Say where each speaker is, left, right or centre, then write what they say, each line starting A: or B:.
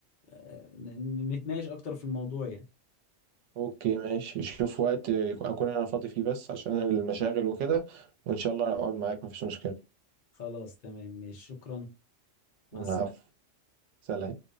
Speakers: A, on the left; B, on the right.
A: آه، ن- ن- نتناقش اكتر في الموضوع يعني
B: اوكي ماشي شوف وقت يكون- اكون انا فاضي فيه بس عشان المشاغل وكده وان شاء الله اقعد معاك مفيش مشكلة
A: خلاص تمام ماشي شكرا مع
B: العفو
A: السلامة
B: سلام